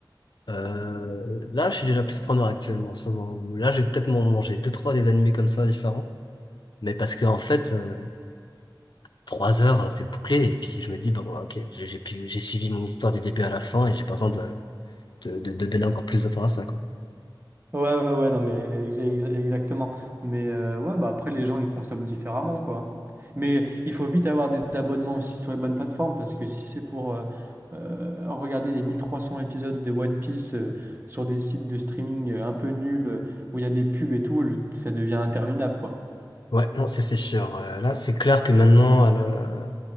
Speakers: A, on the left; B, on the right.
A: Euh, là, je suis déjà plus preneur actuellement en ce moment. où Là, je vais peut-être m'en manger deux trois des animés comme ça différents, mais parce que en fait euh, trois heures euh, c'est bouclé et puis je me dis bah ouais, ok j'ai j'ai pu j'ai suivi mon histoire du début à la fin et j'ai pas besoin de de, de- de donner encore plus de temps à ça, quoi.
B: Ouais, ouais, ouais, non, mais exa- exa- exactement. Mais euh, ouais, bah après, les gens, ils consomment différemment, quoi. Mais il faut vite avoir des abonnements aussi sur les bonnes plateformes, parce que si c'est pour euh, euh, regarder les 1300 épisodes de One Piece euh, sur des sites de streaming euh, un peu nuls, euh, où il y a des pubs et tout, le- ça devient interminable, quoi.
A: Ouais, non, c'est c'est sûr. Euh, là, c'est clair que maintenant, le-